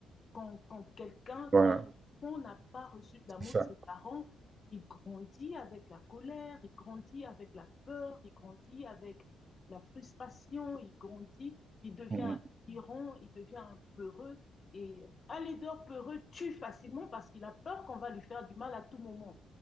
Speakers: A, on the left; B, on the right.
A: Quand, quand quelqu'un,
B: voilà,
A: quand on n'a pas reçu de l'amour
B: c'est
A: de
B: ça.
A: ses parents, il grandit avec la colère, il grandit avec la peur, il grandit avec la frustration, il grandit, il devient
B: Mm,
A: un
B: mm.
A: tyran, il devient un peureux. Et un leader peureux tue facilement parce qu'il a peur qu'on va lui faire du mal à tout moment.